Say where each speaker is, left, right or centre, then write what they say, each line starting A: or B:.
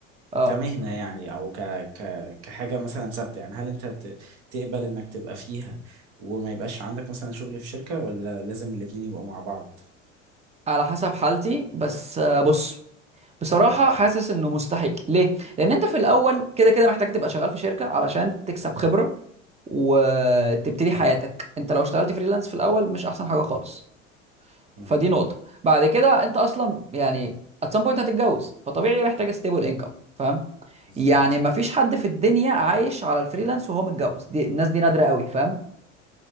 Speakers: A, on the right; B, on the right.
A: اه
B: كمهنة يعني أو ك ك كحاجة مثلا ثابتة يعني هل أنت ت- تقبل إنك تبقى فيها وما يبقاش عندك مثلا شغل في شركة ولا لازم الاتنين يبقوا مع بعض؟
A: على حسب حالتي بس آه بص بصراحه
B: اه
A: حاسس انه مستحيل ليه لان انت في الاول كده كده محتاج تبقى شغال في شركه علشان تكسب خبره وتبتدي حياتك انت لو اشتغلت فريلانس في الاول مش احسن حاجه خالص
B: اه
A: فدي نقطة بعد كده انت اصلا يعني at some point هتتجوز فطبيعي محتاج stable income فاهم
B: بالظبط
A: يعني مفيش حد في الدنيا عايش على الفريلانس وهو متجوز دي الناس دي نادرة قوي فاهم